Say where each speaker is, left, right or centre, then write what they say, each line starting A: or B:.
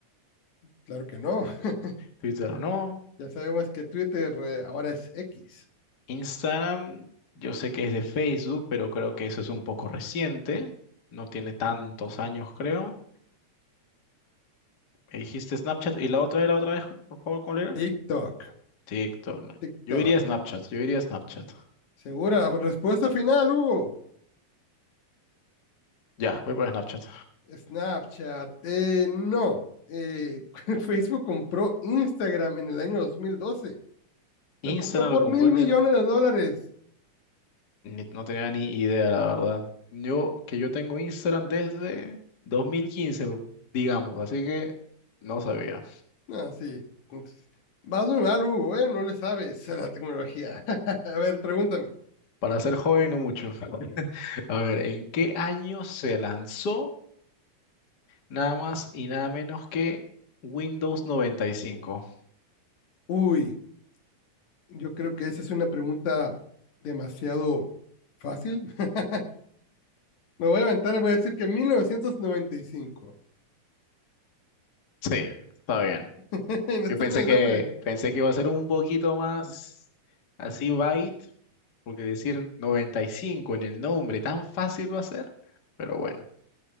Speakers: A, on the left; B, on the left.
A: Claro que no. <laughs>
B: Twitter no.
A: Ya sabemos que Twitter eh, ahora es X.
B: Instagram, yo sé que es de Facebook, pero creo que eso es un poco reciente. No tiene tantos años, creo. Me dijiste Snapchat y la otra era otra vez, por favor, ¿cuál era?
A: TikTok,
B: TikTok. no.
A: TikTok.
B: Yo diría Snapchat, yo diría Snapchat.
A: Segura, respuesta final, Hugo.
B: Ya, voy por Snapchat.
A: Snapchat, eh, no. Eh, <laughs> Facebook compró Instagram en el año 2012.
B: Instagram
A: Lo compró por
B: lo compró
A: mil
B: en
A: millones
B: el
A: de dólares.
B: Ni- No tenía ni idea, la verdad. Yo, que yo tengo Instagram desde 2015, digamos, así que no sabía.
A: Ah, sí. Entonces, vas muy mal, Hugo, ¿eh? No le sabes a la tecnología. <laughs> A ver, pregúntame.
B: Para ser joven, no mucho. <laughs> A ver, ¿en qué año se lanzó nada más y nada menos que Windows 95?
A: Uy, yo creo que esa es una pregunta demasiado fácil. <laughs> Me voy a aventar y voy a decir que 1995.
B: Sí, está bien.
A: <laughs> No está
B: Yo pensé
A: en el
B: que,
A: nombre.
B: pensé que iba a ser un poquito más así byte, porque decir 95 en el nombre tan fácil va a ser, pero bueno,